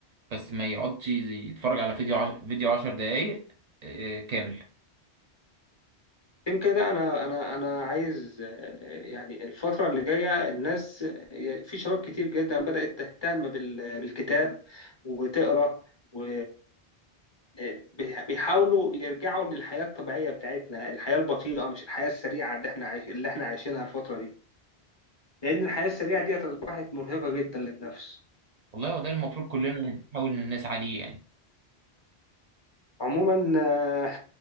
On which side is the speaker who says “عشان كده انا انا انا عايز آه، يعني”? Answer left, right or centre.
Left